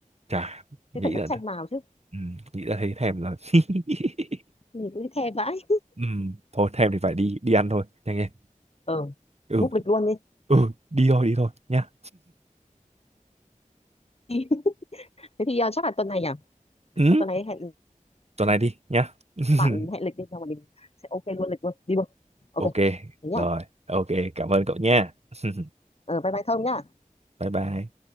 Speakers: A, on the right (about 50°); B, on the left (about 45°).
A: chả nghĩ
B: thế phải cắt
A: là
B: chanh vào chứ.
A: ừ, nghĩ là thấy thèm rồi <laughs>
B: Nhìn cũng thèm vãi.
A: ừ, thôi thèm thì phải đi đi ăn thôi nhanh lên
B: Ừ,
A: ừ
B: book lịch luôn đi.
A: ừ đi thôi đi thôi nhá
B: <laughs> Thế thì ờ, chắc là tuần này à?
A: ừ
B: Chắc tuần này hẹn
A: tuần này đi nhá <laughs>
B: bạn hẹn lịch đi, xong rồi mình sẽ ok luôn lịch luôn, đi luôn. Ok,
A: ok
B: thế nhá.
A: rồi ok cảm ơn cậu nha <laughs>
B: ừ, bye bye Thông nhá
A: bye bye